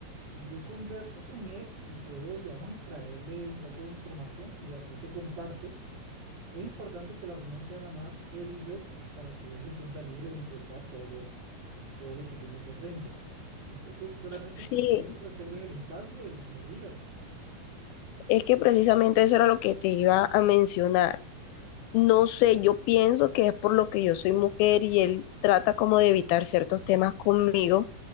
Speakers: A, on the right; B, on the left.
A: y Yo converso con él y puedo, digamos, extraerle un poco de información y así te comparto. Es importante que la reunión sea nada más él y yo para que él se sienta libre de expresar todo lo, todo lo que tiene por dentro. Entonces, solamente
B: Sí,
A: es que tú reserves el espacio y me digas,
B: es que precisamente eso era lo que te iba a mencionar. No sé, yo pienso que es por lo que yo soy mujer y él trata como de evitar ciertos temas conmigo.